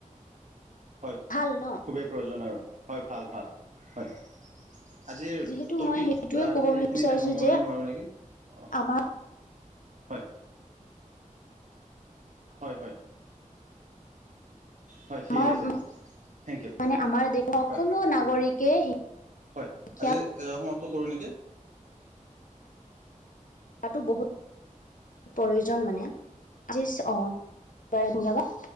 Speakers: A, on the right (about 65°); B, on the left (about 75°).
A: হয়
B: ভাল ন
A: খুবেই প্ৰয়োজন আৰু, হয় ভাল ভাল হয়। আজিৰ
B: যিহেতু
A: টপিক
B: মই সেইটোৱে
A: আজি
B: ক'ব
A: এইখিনিতে
B: বিচাৰিছো
A: সামৰণি
B: যে
A: মাৰো নেকি। অঁ
B: আমাৰ
A: হয় হয় হয়। হয় ঠিক
B: আমাৰ
A: আছে
B: মানে
A: দিয়ক থেংক ইউ
B: আমাৰ দেশৰ সকলো
A: হয়
B: নাগৰিকে
A: হয়
B: শিক্ষা
A: আজি এ সমাপ্ত কৰোঁ নেকি।
B: তাতো বহুত প্ৰয়োজন মানে অ বাৰু ধন্যবাদ।